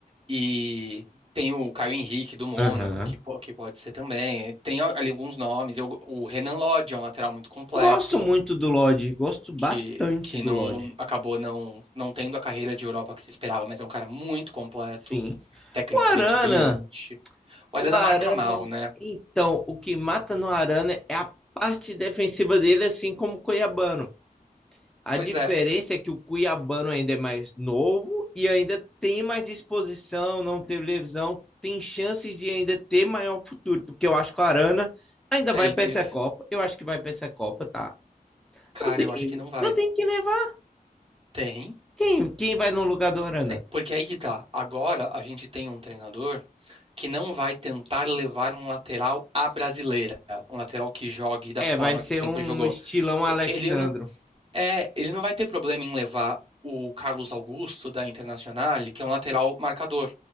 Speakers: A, on the right; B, in the centre.
A: e tem o Caio Henrique do Mônaco,
B: Aham.
A: que, po- que pode ser também. Tem a- ali alguns nomes. Eu- o Renan Lodge é um lateral muito completo,
B: Gosto muito do Lodge, gosto bastante
A: que, que
B: do
A: não
B: Lodge,
A: acabou não, não tendo a carreira de Europa que se esperava, mas é um cara muito completo,
B: sim.
A: tecnicamente
B: O Arana,
A: brilhante. Olha
B: o
A: na
B: Arana,
A: marca mal, né?
B: então, o que mata no Arana é a parte defensiva dele, assim como o Cuiabano. A
A: Pois
B: diferença
A: é.
B: é que o Cuiabano ainda é mais novo e ainda tem mais disposição, não teve lesão, tem chances de ainda ter maior futuro, porque eu acho que o Arana ainda
A: É,
B: vai
A: ele
B: para
A: tem.
B: essa Copa, eu acho que vai para essa Copa, tá?
A: Cara,
B: Não tem,
A: eu acho que não vai.
B: não tem que levar.
A: Tem,
B: Quem, quem vai no lugar do Arana?
A: tem. Porque aí que tá. Agora a gente tem um treinador que não vai tentar levar um lateral à brasileira. Um lateral que jogue da
B: É,
A: forma
B: vai ser
A: que sempre
B: um
A: jogou.
B: estilão
A: E-
B: Alexandro.
A: Ele não, é, ele não vai ter problema em levar o Carlos Augusto da Internazionale, que é um lateral marcador.